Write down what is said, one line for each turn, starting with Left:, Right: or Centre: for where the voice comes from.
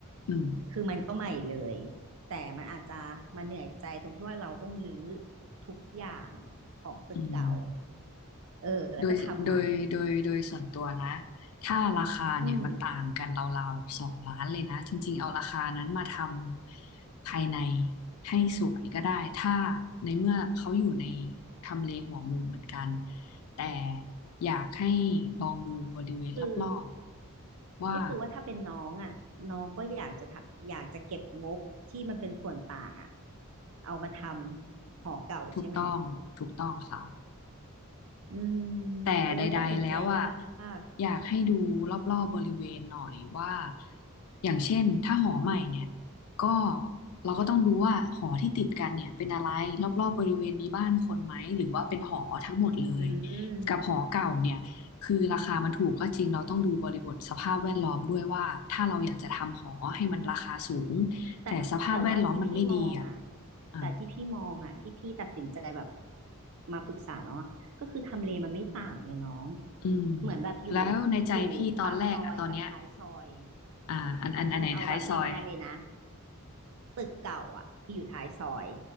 Left: อืม
Right: คือมันก็ใหม่เลยแต่มันอาจจะมาเหนื่อยใจตรงที่ว่าเราต้องรื้อทุกอย่างของตึกเก่า
Left: อืม
Right: เออแล้วก็ทำใหม่
Left: โดยโดยโดยโดยส่วนตัวนะถ้าราคาเนี่ยมันต่างกันราวๆแบบสองล้านเลยนะจริงๆเอาราคานั้นมาท
Right: อืม
Left: ำภายในให้สวยก็ได้ถ้าในเมื่อเขาอยู่ในทำเลหัวมุมเหมือนกันแต่อยากให้ลองดูบริเวณรอบๆว่า
Right: คือก็คือว่าถ้าเป็นน้องอ่ะน้องก็อยากจะทะอยากจะเก็บงบที่มันเป็นส่วนต่างอ่ะเอามาทำหอเก่าใช่ไหม
Left: ถูกต้องถูกต้องค่ะ
Right: อืม
Left: แต่ใดๆแล้วอ่ะ
Right: โอ้ยตัดสินใจยาก
Left: อยากให้ดูรอบๆบริเวณหน่อยว่า อย่างเช่นถ้าหอใหม่เนี่ยก็เราก็ต้องดูว่าหอที่ติดกันเนี่ยเป็นอะไรรอบๆบริเวณมีบ้านคนไหมหรือว่าเป็นหอทั้งหมดเลย
Right: อืม
Left: กับหอเก่าเนี่ยคือราคามันถูกก็จริงเราต้องดูบริบทสภาพแวดล้อมด้วยว่าถ้าเราอยากจะทำหอให้มันราคาสูง
Right: แต่แต่ว่าที่พี่มองอ่ะ
Left: แต่สภาพแวดล้อมมันไม่ดีอ่ะอ่ะ
Right: แต่ที่พี่มองอ่ะที่พี่ตัดสินใจแบบมาปรึกษาเนาะก็คือทำเลมันไม่ต่างเลยน้อง
Left: อืม
Right: เหมือนแบบอยู่
Left: แล้วในใจพี่ตอนแรกอ่ะตอนเนี้ย
Right: อยู่ปากซอยกับท้ายซอย
Left: อ่าอันอันอันไหนท้ายซอย
Right: เอาง่ายเอาแบบง่ายๆเลยนะ ตึกเก่าอ่ะคืออยู่ท้ายซอย